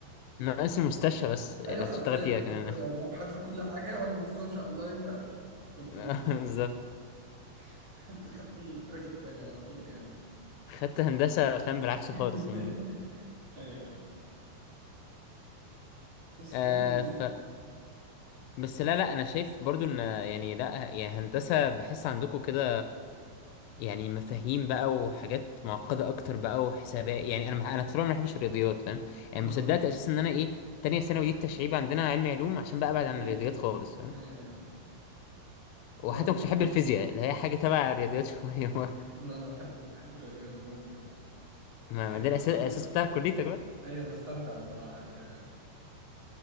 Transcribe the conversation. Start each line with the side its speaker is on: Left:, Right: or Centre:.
Left: ناقص مستشفى بس اللي
Right: ايوه
Left: هتشتغل
Right: حرفيا
Left: فيها كمان
Right: حرفيا هو هو محدد كل حاجه وانا المفروض امشي على اللاين ده فقلت
Left: <laughs>
Right: له لا
Left: بالظبط
Right: <laughs> خدت خدت التراك التاني على طول يعني
Left: خدت هندسة فاهم بالعكس
Right: <laughs>
Left: خالص يعني
Right: ايوه ايوه بس
Left: آه
Right: تمام
Left: ف بس لا لا انا شايف برضو ان يعني لا يا هندسة بحس عندكم كده يعني مفاهيم بقى وحاجات معقدة اكتر بقى وحسابات يعني انا ما- انا طول عمري ما بحبش الرياضيات فاهم يعني
Right: أمم.
Left: ما صدقت اساسا ان انا ايه تانية ثانوي
Right: <laughs>
Left: دي التشعيب عندنا علمي علوم عشان بقى ابعد عن
Right: ايوه
Left: الرياضيات خالص فاهم
Right: ايوه
Left: وحتى
Right: لا لا لا
Left: ما كنتش بحب الفيزياء اللي هي حاجة تبع الرياضيات شوية <laughs>
Right: لا انا بحب بحب الرياضيات موت يعني بصراحه
Left: ما
Right: بحب
Left: ما ده
Right: بستمتع
Left: الأساس الأساس بتاع كليتك بقى
Right: ايوه بستمتع بصراحه أيوة. أيوة.